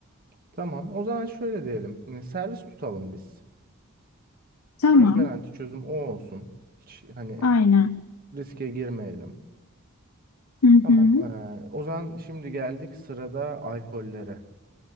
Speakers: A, on the right; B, on the left.
A: Tamam. O zaman şöyle diyelim. e, Servis tutalım biz.
B: Tamam,
A: En garanti çözüm o olsun. Hiç hani
B: aynen.
A: riske girmeyelim.
B: Hı hı,
A: Tamam. eee, o zaman şimdi geldik sırada alkollere.